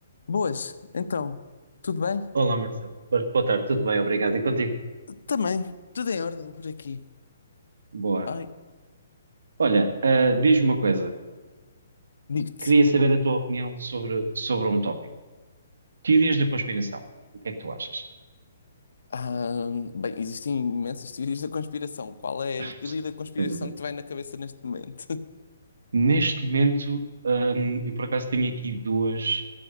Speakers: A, on the left; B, on the right.
A: Boas, então, tudo bem?
B: Olá, Marcelo. Bo- Boa tarde, tudo bem? Obrigado. E contigo?
A: Também, tudo em ordem por aqui.
B: Boa.
A: Ai,
B: Olha, ah, diz-me uma coisa.
A: digo-te.
B: Queria saber a tua opinião sobre, sobre um tópico. Teorias da conspiração. O que é que tu achas?
A: ah, bem, existem imensas teorias da conspiração. Qual é
B: <laughs>
A: a teoria da conspiração
B: Sem dúvida.
A: que te vai na cabeça neste momento? <laughs>
B: Neste momento, ahm, eu por acaso tenho aqui duas